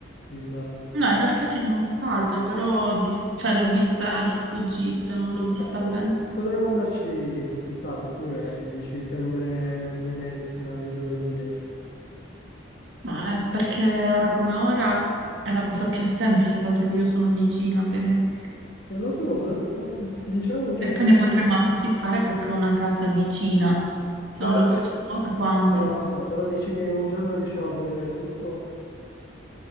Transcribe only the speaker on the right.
in realtà ci sono stata, però di- cioè, l'ho vista di sfuggita, non l'ho vista
bene.
Ma è perché ora come ora è la cosa più semplice, dato che io sono vicina a Venezia.
E poi ne potremmo approfittare perché ho una casa vicina. Se
non lo
facciamo ora, quando?